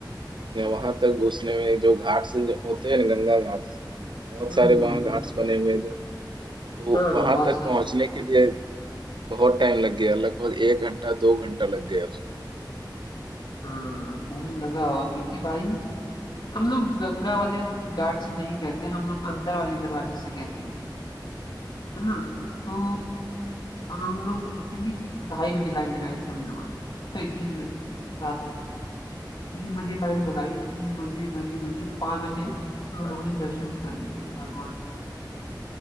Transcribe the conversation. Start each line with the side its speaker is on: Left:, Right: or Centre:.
Right: या वहां तक घुसने में जो घाट्स होते हैं ना गंगा घाट्स बहुत
Left: हम्म
Right: सारे वहां घाट्स बने हुए हैं जो तो
Left: हाँ
Right: वहां
Left: हाँ बहुत
Right: तक
Left: सारे
Right: पहुंचने के लिए बहुत टाइम लग गया लगभग एक घंटा दो घंटा लग गया उसको
Left: हम्म वो लगा हुआ क्योंकि भाई हम लोग गंगा वाले घाट से नहीं गए थे हम लोग अंदर वाले दरवाजे से गए थे है ना तो हम लोग जैसे कि ढाई बजे लाइन लगाई थी हम लोगों ने सॉरी तीन बजे रात में तीन बजे लाइन लगाई तीन बजे बजे बजे पाँच बजे हम लोगों ने दर्शन कर लिए थे भगवान के